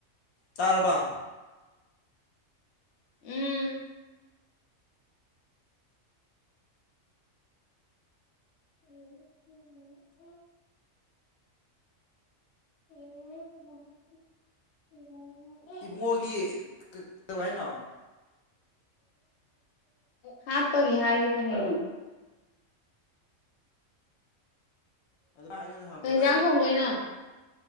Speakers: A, on the left; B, on the left.
A: ꯇꯥꯔꯕ꯫
B: ꯎꯝ <unintelligible> <unintelligible>
A: ꯏꯕꯨꯡꯉꯣꯒꯤ ꯀꯩ ꯀꯩꯗꯧꯋꯦ ꯍꯥꯏꯅꯣ
B: ꯍꯥꯞꯄꯒꯤ ꯍꯥꯏꯒꯤꯕꯅꯦ
A: <unintelligible>
B: ꯀꯩ ꯍꯟꯖꯥꯡ
A: ꯏꯕꯥꯏ
B: ꯊꯣꯡꯗꯣꯏꯅꯣ